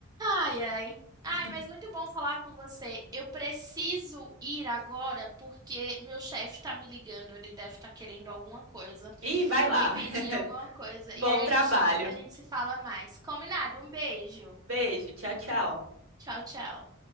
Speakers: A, on the right; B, on the right.
A: Ai, ai.
B: <laughs>
A: Ai, mas muito bom falar com você. Eu preciso ir agora porque meu chefe tá me ligando. Ele deve estar querendo alguma coisa,
B: Ih, vai lá.
A: me pedir
B: <laughs>
A: alguma coisa.
B: Bom
A: E aí
B: trabalho.
A: a gente depois a gente se fala mais. Combinado? Um beijo.
B: Beijo, tchau, tchau.
A: Tchau, tchau.